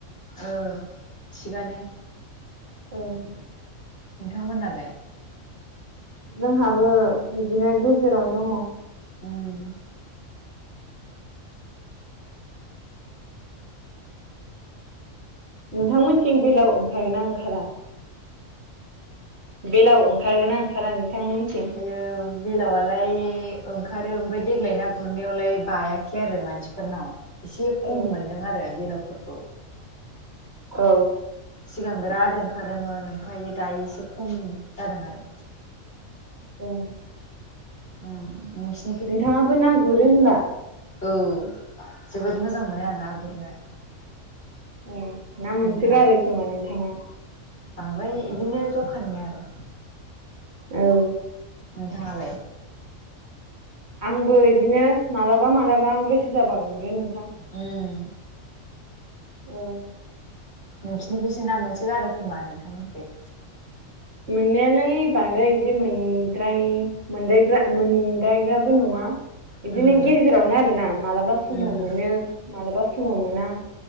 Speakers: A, on the left; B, on the right.
A: औ थिगानो
B: औ
A: नोंथां मोननालाय
B: जोंहाबो बिदिनो गेजेरावनो दङ
A: ओम
B: नोंथांमोनथिं बेलाव ओंखारोना ओंखारा बेलाव ओंखारगोनना ओंखारा नोंथांमोनथिं
A: आयै बेलावलाय ओंखारो ओमफ्राय देग्लाय ना गुरनायावलाय बायाखै आरो मानसि फोरनाव एसे खम
B: औ
A: मोनदों आरो बेलावफोरखौ
B: औ
A: सिगां बिराद ओंखारोमोन ओमफ्राय दायो एसे खम जादों आरो
B: औ
A: ओं <unintelligible>
B: नोंथाङाबो ना गुरो होनबा
A: औ जोबोद मोजां मोनो आं ना गुरनो
B: औ ना मोनसो
A: नोंथाङालाय
B: गारो खोमा नोंथाङा
A: बांद्राय बिदिनो जखानि आरो
B: औ
A: नोंथाङालाय
B: आंबो बिदिनो मालाबा मालाबा गोसो जाबा गुरो नोंथां
A: उम
B: औ
A: नोंसिनिखिसो ना मोनसोगारो खोमा नोंथांमोननिखि
B: मोननायालाय बांद्राय बिदि मोनद्राय मोनदायग्रा मोनदायग्राबो नङा बिदिनो
A: उम
B: गेजेरावनो आरो ना मालाबा समाव
A: उम
B: मोनो मालाबा समाव मोना